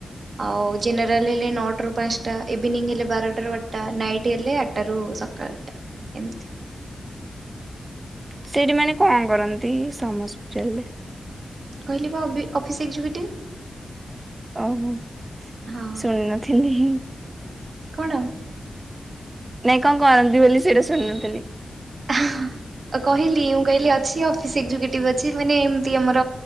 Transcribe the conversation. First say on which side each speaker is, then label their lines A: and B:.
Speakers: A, on the right (about 65°); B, on the right (about 30°).
A: ଆଉ ଜେନରଲଲେ ନୋଟ ରୁ ପାଞ୍ଚଟା ଭିନିଂ ଏଲେ ବାରଟ ର ଆଟା ନାଇଟ ଗୋଟି ହେଲେ ଆଠରୁ ସକାଳ ଆଠଟା ଏମିତି
B: ସେଇଠି ମାନେ କଣ କରନ୍ତି ସମସ୍ପିଟାଲରେ
A: କହିଲି ବା ଅବି ଅଫିସ୍ ଏକ୍ଜିକ୍ୟୁଟିଭ୍
B: ଓଉୋ
A: ହଁ
B: ଶୁଣି ନଥିଲିଁ ହିଁ
A: କଣ
B: ନାଇଁ କଣ କରନ୍ତି ବୋଲି ସେଇଟା ଶୁଣନଥିଲି
A: ହାଁ ଅ କହିଲି ମୁ କହିଲି ଅଛି ଅଫିସ ଏକଜୁଟିଭି ଅଛି ମୁଁ କଇନି ଏମିତି ଆମର